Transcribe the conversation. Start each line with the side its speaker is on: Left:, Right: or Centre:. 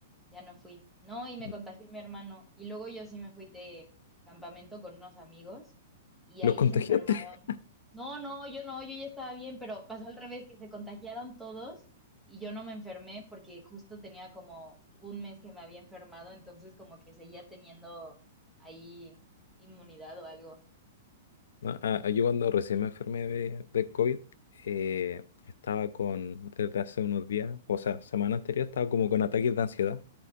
Centre: ya no fui. No, y me
Left: Mm.
Centre: contagió mi hermano, y luego yo sí me fui de campamento con unos amigos y
Left: ¿Los
Centre: ahí
Left: contagiaste?
Centre: se enfermaron.
Left: <laughs>
Centre: No, no, yo no, yo ya estaba bien, pero pasó al revés, que se contagiaron todos y yo no me enfermé porque justo tenía como un mes que me había enfermado, entonces como que seguía teniendo ahí inmunidad o algo.
Left: No, a- a- yo cuando recién me enfermé de, de COVID, eh, estaba con, desde hace unos días, o sea, semana anterior, estaba como con ataques de ansiedad,